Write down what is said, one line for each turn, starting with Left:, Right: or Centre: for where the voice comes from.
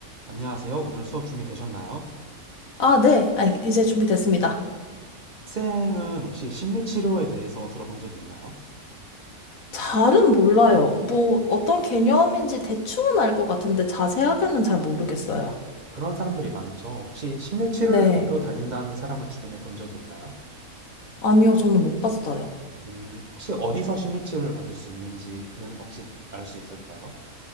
Right: 안녕하세요. 오늘 수업 준비되셨나요?
Left: 아, 네. 아, 이제 준비됐습니다.
Right: 학생은 혹시 심리치료에 대해서 들어본 적이 있나요?
Left: 잘은 몰라요. 뭐, 어떤 개념인지 대충은 알 것 같은데 자세하게는 잘 모르겠어요.
Right: 그런 사람들이 많죠. 혹시 심리치료를
Left: 네.
Right: 받으러 다닌다는 사람을 주변에 본 적이 있나요?
Left: 아니요, 저는 못 봤어요.
Right: 음, 혹시 어디서 심리치료를 받을 수 있는지는 혹시 알 수 있을까요?